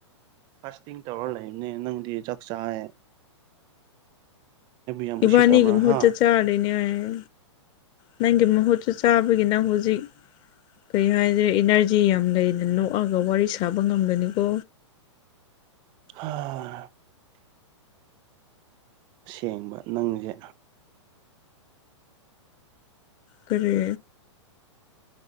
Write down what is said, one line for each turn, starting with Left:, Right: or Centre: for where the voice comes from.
Right: ꯐꯥꯥꯁꯇꯤꯡ ꯇꯧꯔꯥ ꯂꯩꯕꯅꯦ ꯅꯪꯗꯤ ꯆꯥꯛ ꯆꯥꯏꯌꯦ ꯌꯥꯝ
Left: ꯏꯕꯥꯅꯤꯒꯤ
Right: ꯎꯁꯤꯠꯇꯕ꯭ꯔꯥ
Left: ꯃꯍꯨꯠꯇ
Right: ꯍꯥ
Left: ꯆꯥꯔꯤꯅꯦ ꯍꯥꯏꯌꯦ ꯅꯪꯒꯤ ꯃꯍꯨꯠꯁꯨ ꯆꯥꯕꯒꯤ ꯅꯪ ꯍꯨꯖꯤꯛ ꯀꯩ ꯍꯥꯏꯖꯤꯔ ꯏꯅꯔꯖꯤ ꯌꯥꯝ ꯂꯩꯅ ꯅꯣꯛꯑꯒ ꯋꯥꯔꯤ ꯁꯥꯕ ꯉꯝꯒꯅꯤꯀꯣ꯫
Right: ꯍꯥ ꯁꯦꯡꯕ ꯅꯪꯖꯦ
Left: ꯀꯔꯤ